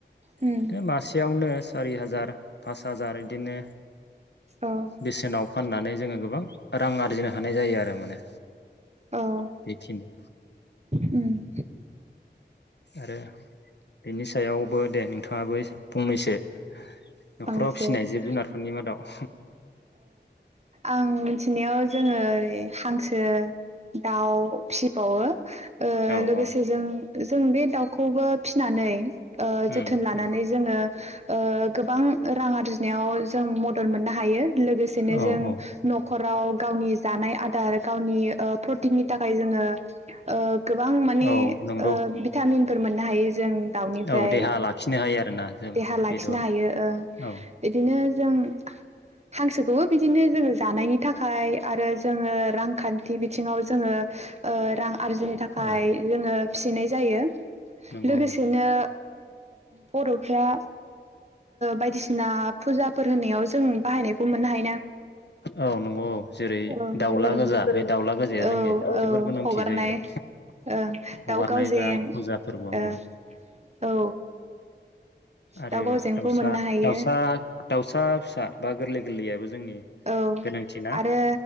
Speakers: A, on the right; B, on the left.
A: उम
B: बिदिनो मासेयावनो सारि हाजार पास हाजार बिदिनो
A: औ
B: बेसेनाव फाननानै जोङो गोबां रां आरजिनो हानाय जायो। आरो माने
A: औ
B: बेखिनि
A: उम
B: आरो बिनि सायावबो दे नोंथाङाबो फंनैसो न'खराव
A: फंनैसो
B: फिसिनाय
A: ओ
B: जिब जुनारफोरनि मादाव
A: आं मिथिनायाव जोङो ओरै हांसो दाउ फिसिबावो
B: औ
A: लोगोसे
B: औ
A: जों जों बे दाउखौबो फिनानै
B: उम
A: जोथोन लानानै
B: उम
A: जोङो गोबां रां आरजिनायाव जों मदद मोननो हायो। लोगोसेनो
B: औ
A: जों
B: औ
A: न'खराव गावनि जानाय आदार गावनि प्रटिननि थाखाय जोङो गोबां माने
B: औ नंगौ
A: भिटामिनफोर मोननो हायो जों दाउनिफ्राय
B: औ देहा लाखिनो हायो आरोना जों
A: देहा लाखिनो
B: बेदर
A: हायो
B: औ
A: बिदिनो जों हांसोखौबो बिदिनो जोङो जानायनि थाखाय आरो जोङो रांखान्थि बिथिङाव जोङो रां। आरजिनो थाखाय
B: औ
A: जोङो फिसिनाय जायो।
B: नंगौ
A: लोगोसेनो बर'फ्रा बायदिसिना फुजाफोर होनायाव जों बाहायनाय खौ मोननो हायो।
B: औ नंगौ औ जेरै
A: औ
B: दाउला
A: बेफोरबो
B: गोजा बे दाउला गोजाया
A: औ
B: जोंनि
A: औ
B: जोबोर गोनांथि
A: हगारनाय
B: जायो
A: ओ
B: हगारनाय
A: दाउ गावजें
B: बा फुजा फोरबो
A: ओ
B: औ
A: औ
B: आरो
A: दाउ गावजेंखौ
B: दाउसा
A: मोननो हायो
B: दाउसा दाउसा फिसा आं गोरलै गोरलैयाबो जोंनि
A: औ
B: गोनांथि ना
A: आरो